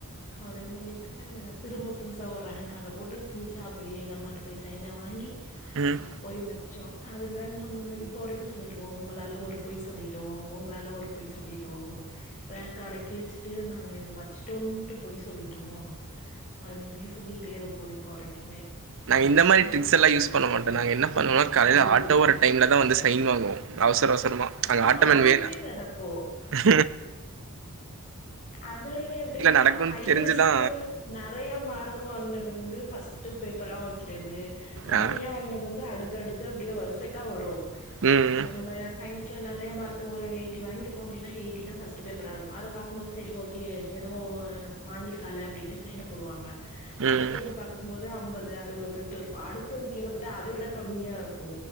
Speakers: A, on the left (about 35°); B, on the right (about 60°).
A: அப்டின் சொல்லிட்டு திரும்ப புதுசா ஒரு ரேங்க் காட போட்டு புதுசா போய் எங்க அம்மாட்ட போய் சைன வாங்கி
B: ம்.
A: போய் வச்சோ அதுக்குதா சொன்னது இப்ப வரைக்கு சொல்லிட்டுப்போ உங்களால ஒரு பொய் சொல்லிட்டோ உங்ளால ஒரு பொய் சொல்லிட்டோ. ரேங்க்காட கிழிச்சிட்டு நாங்க வச்சிட்டொன்ட்டு பொய் சொல்லிட்டோ. அப்டினே சொல்லிகிட்டே இருப்போ இப்போ வரைக்குமே.
B: நாங்க
A: எங்க
B: இந்த மாரி
A: அம்மா
B: ட்ரிக்ஸ் எல்லா யூஸ் பண்ண மாட்டோ நாங்க என்ன பண்ணுவனா காலைல
A: ஐயையோ
B: ஆட்டோ வர டைம்ல தா வந்து சைன் வாங்குவோ. அவுசர அவுசரமா அங்க
A: ஆ
B: ஆட்ட மேன் வேணு
A: <unintelligible> நடக்கு.
B: ஹ
A: அதுலயு எப்டின்னா
B: நடக்குன்
A: ஹையஸ்ட்டு
B: தெரிஞ்சுதா
A: நறையா மார்க் வாங்னது வந்து ஃபஸ்ட்டு பேப்பரா வக்கிறது. கம்மியா
B: ஆ
A: வாங்ன து வந்து அடுத்தடுத்து அப்டியே வருசைக்கா வரு
B: ம்
A: இப்ப நம்மஸ் சயின்ஸ்ல நறைய மார்க்கு ஒரு எயிட்டி வாங்கிருக்கோ அப்டினா எய்ட்டி தா ஃபஸ்ட்டு பேப் பராருக்கு அத பாக்கும்போது செரி ஓகே எதோ அ வாங்கிருக்கால்ல அப்டின்ட்டு சைன போடுவாங்க.
B: ம்
A: அடுத்தது பாக்கும் போது அம்பது அறுவதுன்ட்டுருக்கு அடுத்தது கீழ பாத்தா அத விட கம்மியாரு. கு